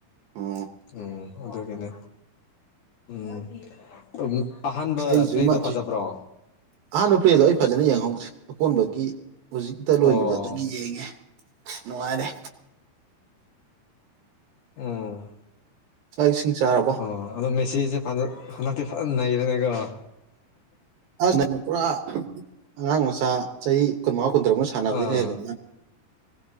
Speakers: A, on the right; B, on the left.
A: ꯑꯣ
B: ꯎꯝ ꯑꯗꯨꯒꯤꯅꯦ ꯎꯝ ꯑꯍꯥꯟꯕ
A: ꯑꯁ ꯑꯩꯁꯨ
B: ꯄ꯭ꯂꯦꯗꯣ
A: ꯏꯃ
B: ꯐꯖꯕ꯭ꯔꯣ
A: ꯑꯍꯥꯟꯕ ꯅꯨꯄ꯭ꯔꯤꯗꯣ ꯑꯩ ꯐꯖꯅ ꯌꯦꯡꯍꯧꯒꯦ ꯑꯀꯣꯟꯕꯒꯤ ꯍꯧꯖꯤꯛꯇ ꯂꯣꯏꯈꯤꯕꯗꯣ
B: ꯑꯣ
A: ꯑꯗꯨꯒꯤ ꯌꯦꯡꯉꯦ ꯅꯨꯡꯉꯥꯏꯔꯦ
B: ꯎꯝ
A: ꯆꯥꯛ ꯏꯁꯤꯡ ꯆꯥꯔꯕꯣ
B: ꯑꯣ ꯑꯗ ꯃꯦꯁꯤꯦ ꯍꯟꯗ ꯍꯟꯗꯛꯇꯤ ꯐꯖꯅ ꯅꯩꯔꯦꯅꯦꯀꯣ
A: ꯑ ꯅꯪ ꯄꯨꯔꯥ ꯑꯉꯥꯡ ꯃꯆꯥ ꯆꯍꯤ ꯀꯨꯟꯃꯉꯥ ꯀꯨꯟ ꯀꯗꯔꯣ ꯁꯥꯟꯅꯕꯗꯤ
B: ꯑꯥ
A: ꯍꯂꯦ